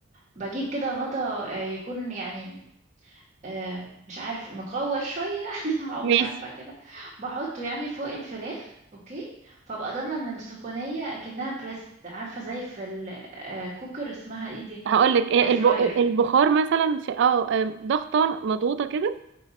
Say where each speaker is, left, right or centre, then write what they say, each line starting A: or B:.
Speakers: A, on the right; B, on the right.
A: بجيب كده غطا آه، يكون يعني آه، مش عارف مقور شوية <laughs> او
B: ماشي
A: مش عارفة كده بحطه يعني فوق الفراخ اوكي فابقى ضامنة ان السخونية اكنها بريست عارفة زي في الكوكر اسمها ايه دي
B: هقول لك ايه
A: اير فراير
B: الب- البخار مثلا ش- اه آم، ضغطه مضغوطه كده